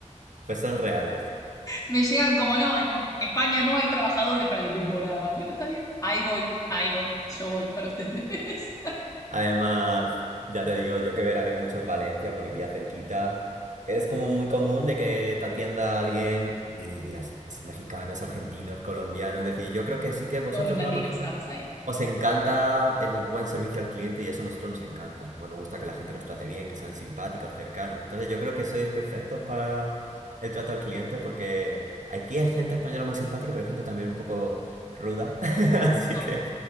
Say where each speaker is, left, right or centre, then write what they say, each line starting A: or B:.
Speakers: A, on the right (about 75°); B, on the left (about 30°).
A: pues son reales.
B: me llegan como no, en España no hay trabajadores para la temporada. Bueno, está bien. Ahí voy, ahí voy. Yo voy para ustedes. <laughs>
A: Además, ya te digo, yo que veraneo mucho en Valencia porque me pilla cerquita. Es como muy común de que te atienda alguien y digas, es mexicano, es argentino, es colombiano. Es decir, yo creo que sí que vosotros
B: Todos los latinos
A: a lo mejor
B: estamos ahí.
A: os encanta el buen servicio al cliente y eso a nosotros nos encanta. Bueno, nos gusta que la gente nos trate bien, que sean simpáticos, cercanos. Entonces yo creo que sois perfectos para el trato al cliente porque aquí hay gente española muy simpática, pero hay gente también un poco ruda. <laughs> Así
B: Somos-
A: que...